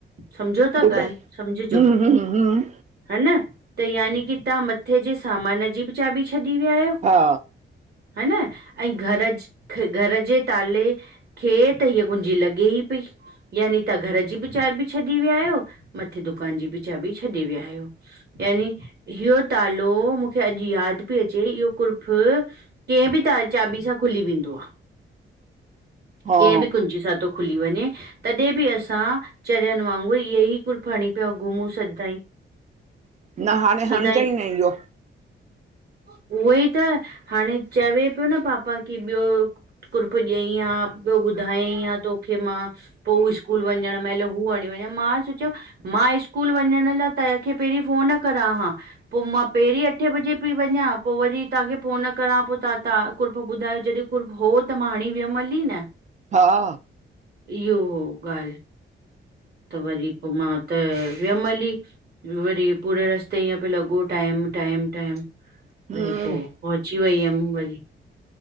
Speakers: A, on the right; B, on the right.
A: सम्झो ता
B: ॿुध
A: ॻाल्हि, सम्झॼो
B: हम्म हम्म हम्म
A: हा न त यानि की तहां मत्थे ॼे सामान ॼी ॿि चाॿी छॾी वियायो।
B: हा
A: हा न, ऐं घर ज् ख् घर ॼे ताले खे त हीअ कुुंॼी लॻेई पई। यानी तहां घर ॼी ॿि चाॿी छॾी वियायो, मथे दुकान ॼी ॿि चाॿी छॾे वियायो। यानी इह्यो तालो, मुखे अॼु यादि प्यो अचे इह्यो कुर्फु, केंहिं ॿि त चाॿी सां खुली वेंदो आ
B: हा
A: केंहिं ॿि कुंॼी सां तो खुली वञें। तॾहिं ॿि असां चरियनि वांगुरु ईह्ये ही कुर्फु हणीं पिया घुमूं सदाईं,
B: न हांणें हणिजंई
A: सदाईं
B: न इह्यो।
A: उहोई त हांणें चवे पियो न पापा की ॿियो कुर्फु ॾियईं आं, ॿियो ॿुधायंई आं, तोखे मां। पो स्कूल वंञंणु महिल हू हणीं वंञेआ, मां सोचियम् मां स्कूल वंञंण लाए ताहिंखे पहिरीं फ़ोन करां हां, पो मां पहिरीं अठे ॿॼे पी वंञां पो वरी तहांखे फ़ोन करां, पो तहां -तहां कुर्फ ॿुधायो जॾहिं कुर्फ हो त मां हंणीं वियमि हली न।
B: हा।
A: इह्यो हो ॻाल्हि, त वरी पो मां त वियमि हली। वरी पूरे रस्ते ईअं पियो लॻो, टाइम- टाइम- टाइम।
B: हम्म
A: वरी पो पहुंची वई हम वरी,